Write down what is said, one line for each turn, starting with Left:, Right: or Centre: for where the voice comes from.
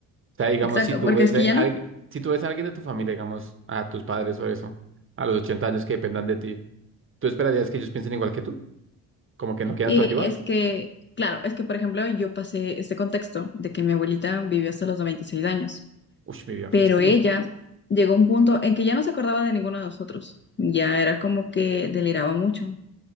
Right: sea, digamos,
Left: Exacto,
Right: si tú
Left: porque
Right: ves
Left: es que
Right: a
Left: ya no,
Right: alguien, si tú ves a alguien de tu familia, digamos, a tus padres o eso, a los 80 años que dependan de ti, ¿tú esperarías que ellos piensen igual que tú? ¿Como que no quieran
Left: eh,
Right: tu ayuda?
Left: es que, claro, es que por ejemplo yo pasé este contexto de que mi abuelita vivió hasta los 96 años.
Right: Uy, mi vida artística.
Left: Pero ella llegó a un punto en que ya no se acordaba de ninguno de nosotros. Ya era como que deliraba mucho